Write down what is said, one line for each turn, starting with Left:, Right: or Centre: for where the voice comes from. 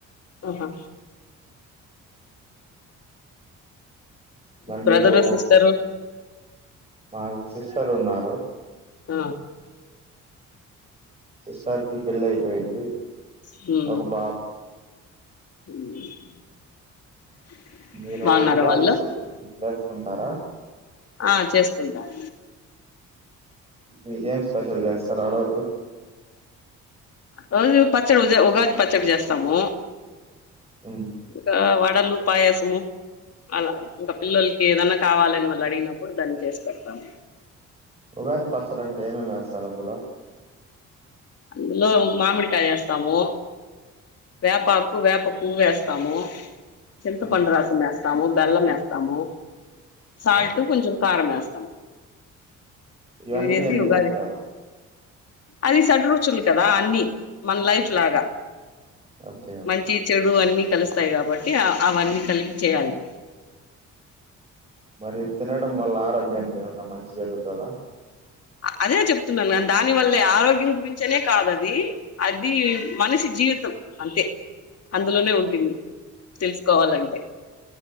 Left: ఆహా
Right: మరి
Left: బ్రదరు
Right: మీకు
Left: సిస్టరు
Right: మా సిస్టర్ ఉన్నారు
Left: ఆ
Right: సిస్టర్ కి పెళ్లి అయిపోయింది
Left: మ్మ్
Right: ఒక బాబు మీరు
Left: బాగున్నారా
Right: ఉగాది
Left: వాళ్ళు
Right: సెలబ్రేషన్ చేసుకుంటారా
Left: ఆ చేసుకుంటాం
Right: మీరేం స్పెషల్ చేస్తారు ఆ రోజు
Left: రోజు పచ్చడి ఉద ఉగాది పచ్చడి చేస్తాము
Right: హ్మ్
Left: ఇంకా వడలు పాయసము అలా ఇంకా పిల్లలకి ఏదన్నా కావాలని వాళ్ళు అడిగినప్పుడు దాన్ని చేసి పెడతాము
Right: ఉగాది పచ్చడి అంటే ఏమేమి వేస్తారు అందులో
Left: అందులో మామిడి కాయ ఏస్తాము వేపాకు వేప పూవు ఏస్తాము చింత
Right: హ్మ్
Left: పండు రసం ఏస్ స్తాము బెల్లం వేస్తాము సాల్ట్
Right: ఆ
Left: కొంచెం కారం వేస్తాం
Right: ఇవన్నీ
Left: ఇవి ఏసి
Right: ఎందుకు
Left: ఉగాది
Right: వేస్తారు
Left: అది షడ్ రుచులు కదా అన్ని మన లైఫ్ లాగా
Right: ఓకే ఓకే
Left: మంచి చెడు అన్ని కలుస్ త్తయి కాబట్టి అవన్నీ కలిపి చేయాలి
Right: మరి తినడం వల్ల ఆరోగ్యానికి ఏమన్నా మంచి జరుగుతాదా
Left: అదే చెప్తున్నా దాని వల్లే ఆరోగ్యం గురించి చనే కాదది అది మనిషి జీవితం అంతే అందులోనే ఉంటుంది తెలుసుకోవాలంటే